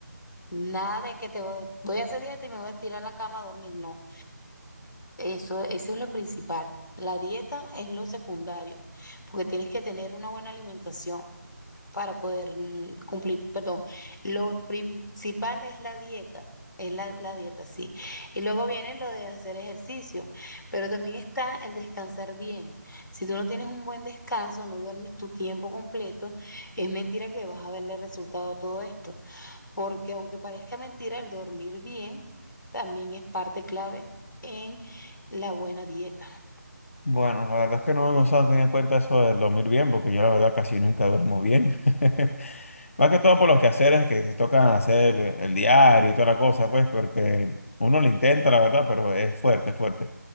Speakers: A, on the left; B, on the left.
A: Nada de que te voy voy a hacer dieta y me voy a tirar a la cama a dormir. No. Eso, eso es lo principal. La dieta es lo secundario, porque tienes que tener una buena alimentación para poder mm, cumplir, perdón, lo principal es la dieta, es la, la dieta, sí. Y luego viene lo de hacer ejercicio, pero también está el descansar bien. Si tú no tienes un buen descanso, no duermes tu tiempo completo, es mentira que vas a verle resultado a todo esto porque aunque parezca mentira, el dormir bien también es parte clave en la buena dieta.
B: Bueno, la verdad es que no, no se han tenido en cuenta eso de dormir bien, porque yo la verdad casi nunca duermo bien. <laughs> Más que todo por los quehaceres que se tocan hacer el diario y toda la cosa, pues, porque uno lo intenta, la verdad, pero es fuerte, es fuerte.